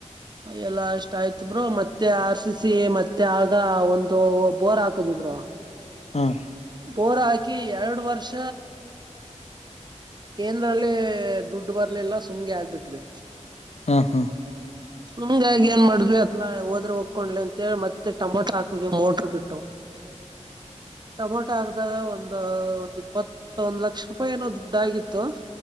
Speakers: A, on the right; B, on the left.
A: ಎಲ್ಲ ಅಷ್ಟ ಆಯ್ತ್ ಬ್ರೊ ಮತ್ತೆ ಆರ್ ಸಿ ಸಿ ಮತ್ತೆ ಆಗ ಒಂದು ಬೋರ್ ಹಾಕದ್ ದು ಬ್ರೊ
B: ಹ್ಮ್
A: ಬೋರ ಹಾಕಿ ಎರಡು ವರ್ಷ ಏಂದ್ರಲ್ಲಿ ದುಡ್ಡು ಬರ್ಲಿಲ್ಲ ಸುಮ್ಗೆ ಆಗ್ಬಿಟ್ವಿ
B: ಹಾ ಹಾ
A: ಸುಂಗ್ಗಾಗಿ ಏನ್ ಮಾಡಿದ್ವಿ ಹೋದ್ರೆ ಒಕ್ಕೊಂಡ್ಲಿ ಅಂತೇಳಿ ಮತ್ತೆ ಟಮೊಟೊ ಹಾಕುದ್ವಿ ಮೋಟರು ಬಿಟ್ಟು ಟೊಮೊಟೊ ಹಾಕ್ದಗ ಒಂದು ಒಂದ್ ಇಪ್ಪತ್ತ ಒಂದ್ ಲಕ್ಷ ರೂಪಾಯಿ ಏನೋ ದುಡ್ಡ ಆಗಿತ್ತು